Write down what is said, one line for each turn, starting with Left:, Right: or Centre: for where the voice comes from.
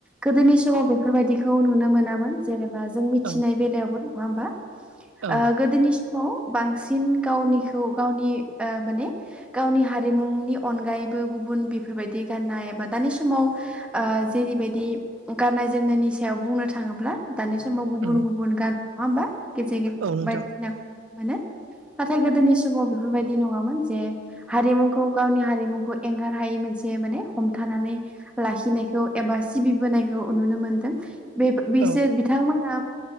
Centre: गोदोनि समाव बेफोरबायदिखौ नुनो मोनामोन जेनेबा जों मिथिनाय
Right: औ
Centre: बेलायावबो। नङा होमबा
Right: औ
Centre: ओ गोदोनि समाव बांसिन गावनिखौ गावनि ओ माने गावनि हारिमुनि अनगायैबो गुबुन बेफोरबायदि गाननाय एबा दानि समाव ओ जेरैबायदि गाननाय जोमनायनि सायाव बुंनो थाङोब्ला दानि समाव गुबुन
Right: उम
Centre: गुबुन गान नङा होमबा गेजेर गेर
Right: औ नोंथां
Centre: बायदिसिना मोनो नाथाय गोदोनि समाव बेफोरबायदि नङामोन जे हारिमुखौ गावनि हारिमुखौ एंगार हायै मोनसे माने हमथानानै लाखिनायखौ एबा सिबिबोनायखौ नुनो मोनदों बे बिसोर
Right: औ
Centre: बिथांमोना